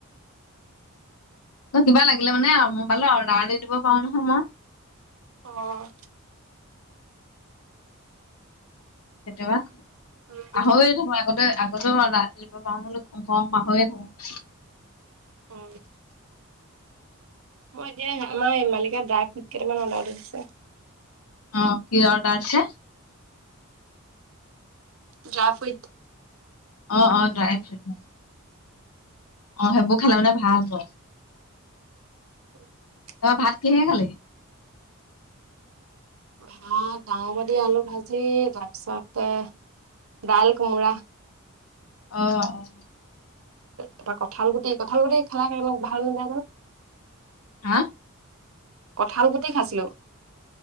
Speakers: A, on the left (about 75°); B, on the right (about 65°).
A: ত', কিবা লাগিলে মানে মোবাইলত অৰ্ডাৰ দি দিব পাৰো নহয় মই।
B: অঁ
A: কেতিয়াবা পাহৰিয়ে
B: অ
A: থাকো আগতে আগতেও ৰাতিপুৱা পাওঁ পাহৰীয়ে থাকোঁ
B: অ'। অ', এতিয়া আমাৰ এই মালিকে <unintelligible> কেইটামান অৰ্ডাৰ দি দিছে।
A: অ', কি অৰ্ডাৰ দিছে?
B: ড্ৰা ফ্ৰুইত।
A: অ', অ', ড্ৰাই ফ্ৰুইট। অ', সেইবোৰ খালে মানে ভাল হয়।
B: <unintelligible>
A: অ', ভাত কিহেৰে খালি?
B: ভাত, দাঙবদি আলু ভাজি তাৰপিছতে দাইল কোমোৰা।
A: অ', অ'।
B: <unintelligible> কঁঠাল গুটি, কঁঠাল গুটি খেলা কে ভাল জানো
A: হা?
B: কঁঠাল গুটি খাইছিলো।